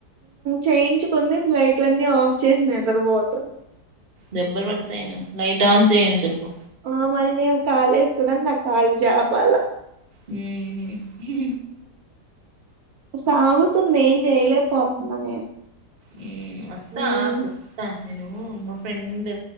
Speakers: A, on the right; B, on the right.
A: చేయించుకుంది ఇప్పుడు లైట్ల అన్నీ ఆఫ్ చేసి నిద్రపోతుంది
B: దెబ్బలు పడతాయను లైట్ ఆన్ చేయ్ అని చెప్పు
A: మమ్మల్ని కాల్ <unintelligible> నాకు కాల్ జాపాల
B: హ్మ్మ్ హు
A: సాగుతుంది ఏం చేయలేపోతున్న నేను
B: మ్మ్ వస్తా
A: ఉమ్
B: ఆకు వస్తా నేను మా ఫ్రెండ్